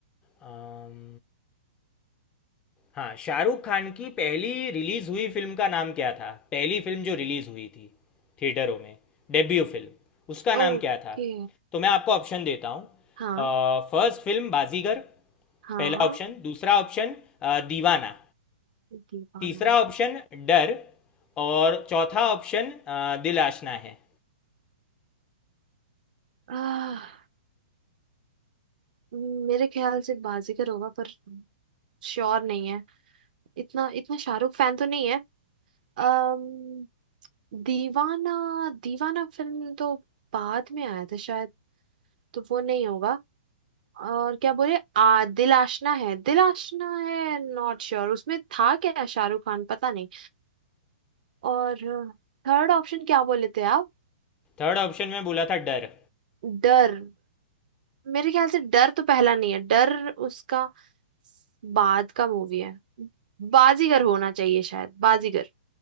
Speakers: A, on the left (about 20°); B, on the right (about 60°).
A: आम... हाँ शाहरुख खान की पहली रिलीज हुई फिल्म का नाम क्या था पहली फिल्म जो रिलीज हुई थी थिएटरों में डेब्यू फिल्म उसका नाम
B: ओके
A: क्या था तो मैं आपको ऑप्शन देता हूँ
B: हाँ
A: फर्स्ट फिल्म बाजीगर
B: हाँ
A: पहला ऑप्शन दूसरा ऑप्शन अ, दीवाना
B: दीवाना
A: तीसरा ऑप्शन डर और चौथा ऑप्शन अ, दिल आशना है
B: आह, मेरे ख्याल से बाजीगर होगा पर श्योर नहीं है इतना इतना शाहरुख फैन तो नहीं है अम्म दीवाना दीवाना फिल्म तो बाद में आया था शायद तो वो नहीं होगा और क्या बोले आ दिल आशना है दिल आशना है नॉट श्योर उसमें था क्या शाहरुख खान पता नहीं और थर्ड ऑप्शन क्या बोले थे आप
A: थर्ड ऑप्शन में बोला था डर
B: डर मेरे ख्याल से डर तो पहला नहीं है डर उसका बाद का मूवी है बाजीगर होना चाहिए शायद बाजीगर